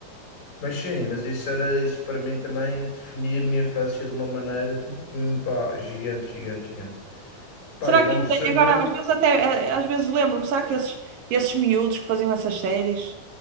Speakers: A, on the left; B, on the right.
A: Mas sim, mas isso era, isso para mim também definia a minha infância de uma maneira tipo, hum, pá, gigante, gigante, gigante. Pá,
B: Será
A: eu não
B: que, não
A: percebo
B: sei, agora
A: hoje,
B: às vezes até, eh, eh, às vezes lembro-me, será que esses, esses miúdos que faziam essas séries